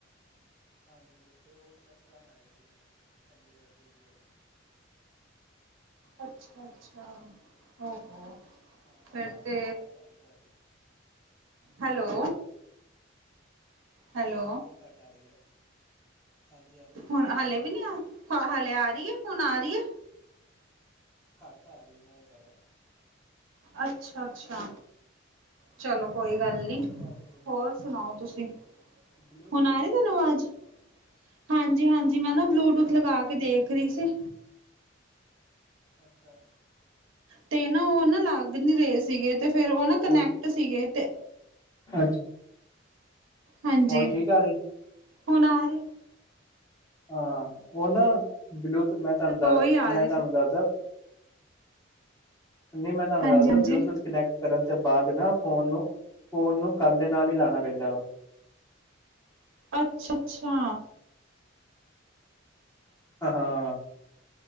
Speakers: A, on the left; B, on the right.
A: ਹਾਂਜੀ ਅਤੇ ਉਹ ਚੈਕ ਕਰਉਣ ਆਏ ਸੀ ਚੰਡੀਗੜ੍ਹ ਪੀ ਜੀ ਆਈ।
B: ਅੱਛਾ-ਅੱਛਾ ਹੋ ਹੋ।
A: ਹਾਂ
B: ਫਿਰ
A: ਆਵਾਜ਼
B: ਤੇ
A: ਬਹੁਤ ਘਟ ਆਰੀ ਤੁਆਡੀ।
B: ਹੈਲੋ। ਹੈਲੋ
A: ਆਵਾਜ਼ ਬਹੁਤ ਘਾਟ ਆ ਰੀ ਹੈ। ਹਾਂਜੀ ਹਾਂਜੀ
B: ਹੁਨ ਹਾਲੇ ਵੀ ਨੀਂ ਹਲੇ ਆ ਰੀ ਏ ਹੁਨ ਆ ਰੀ ਏ।
A: ਕਾੱਟ ਆ ਰੀ ਏ ਮੈਂ ਏਹ ਕਹ ਰਿਆ।
B: ਅੱਛਾ- ਅੱਛਾ। ਚਲੋ ਕੋਈ
A: ਹਾਂ ਬਲੂਟੂਥ
B: ਗੱਲ ਨੀ
A: ਲਗਾਇਆ ਤੁਸੀਂ
B: ਹੋਰ ਸੁਣਾਓ ਤੁਸੀਂ।
A: ਬਲੂਟੂਥ
B: ਹੁਨ ਆ
A: ਲਗਾਇਆ
B: ਰੀ ਤੁਹਾਨੂੰ ਆਵਾਜ਼ ਹਾਂਜੀ ਹਾਂਜੀ ਮੈਂ ਨਾ ਬਲੂਟੂਥ
A: ਘੱਟ ਹੀ ਆ
B: ਲਗਾ ਕੇ ਦੇਖ ਰੀ ਸੀ।
A: ਅੱਛਾ।
B: ਤੇ ਨਾ ਓ ਨਾ ਲੱਗ ਨੀ ਰੇ ਸੀਗੇ ਤੇ ਫੇਰ ਓ ਨਾ ਕਨੈਕਟ
A: ਹੁਣ
B: ਸੀਗੇ ਤੇ।
A: ਅੱਛਾ।
B: ਹਾਂਜੀ
A: ਹੁਣ ਠੀਕ ਆ ਰਹੀ
B: ਹੁਨੰ ਆਰੀ।
A: ਹਾਂ ਓ ਨਾ ਬਲੂਟੂਥ ਮੈਂ ਤੁਹਾਨੂੰ ਦੱਸ
B: ਉਹੀ ਆ
A: ਮੈਂ
B: ਰਹੀ
A: ਤੁਹਾਨੂੰ
B: ਸੀ
A: ਦੱਸਦਾ। ਨੀਂ ਮੈਂ ਤੁਹਾਨੂੰ
B: ਹਾਂਜੀ-ਹਾਂਜੀ
A: ਦਸਦਾ ਬਲੂਟੂਥ ਕਨੈਕਟ। ਕਰਨ ਚ ਬਾੱਦ ਨਾ ਫੋਨ ਨੂੰ ਫੋਨ ਨੂੰ ਕੰਨ ਦੇ ਨਾਲ ਈ ਲਾਨਾ ਪੈਂਦਾ ਵਾ।
B: ਅੱਛਾ -ਅੱਛਾ।
A: ਹਾਂ ਹਾਂ।